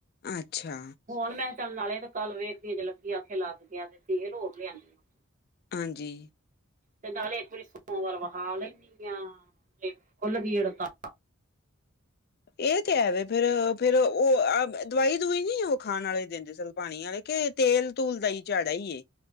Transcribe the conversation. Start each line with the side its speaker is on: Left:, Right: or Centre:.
Left: ਅੱਛਾ।
Right: ਹੁਨ ਮੈਂ ਕਿਆ ਚੱਲਨ ਵਾਲੇ ਤੇ ਕੱਲ ਵੇਖਦੀ ਜੇ ਲੱੱਕੀ ਆਖੇ ਲੱਗ ਗੇਆ ਤੇਲ ਹੋਰ ਲਿਆਨੀ ਆਂ।
Left: ਹਾਂਜੀ।
Right: ਤੇ ਨਾਲੇ ਇੱਕ ਵਾਰੀ ਸੋ ਵਾਰ ਵਾ ਹਾਲ <unintelligible> ਤੇ ਕੁੱਲ ਦੀ ਹੜਤਾਲ
Left: ਏਹ ਤਾਂ ਐਵੇਂ ਫੇਰ-ਫੇਰ ਓ ਦਵਾਈ-ਦੁਵਾਈ ਨੀ ਓ ਖਾਨ ਆਲੇ ਦਿੰਦੇ ਸੋਨੂੰ ਪਾਨੀ ਆਲੇ। ਕੇ ਤੇਲ ਤੂਲ ਦਾ ਈ ਚਾੜਾ ਈ ਏ।